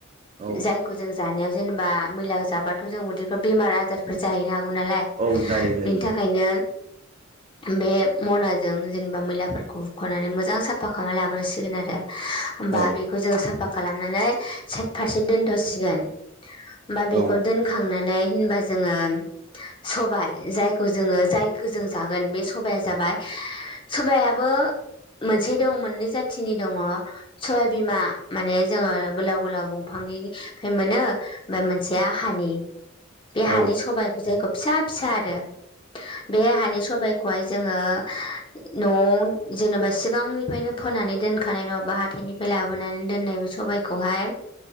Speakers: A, on the right; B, on the left.
A: औ
B: जायखौ जों जानायाव जेनेबा मैला जाबाथ' जों उदैफ्रा बेमार आजार फोर जाहैनो हागौ नालाय
A: औ जायो जायो
B: बेनि थाखायनो बे मनाजों जेनेबा मैलाफोरखौ हुख'नानै मोजां साफा खालामना लाग्रोसिगोन आरो होमबा
A: औ
B: बेखौ जोङो साफा खालामनानै सायेत फारसे दोनथ' सिगोन बा
A: औ
B: बेखौ दोन खांनानै होनबा जोंङो सबाय जायखो जोंङो जाय गोजों जागोन सबाया जाबाय सबायाबो मोनसे दं मोननै जाथिनि दङ'। सबायाइबिमा माने जोंङो गोलाव गोलाव दंफांनिफ्राय मोनो ओमफाय मोन सेया हानि बे
A: औ
B: हानि सबाइखौ जायखौ फिसा फिसा आरो बे हानि सबायखौहाय जोंङो। न'आव जेनेबा सिगांनिफ्रायनो फोनानै दोनखानाय नंङाबा हाथाइनिफाय लाबोनानै दोननायबो सबाय खौहाय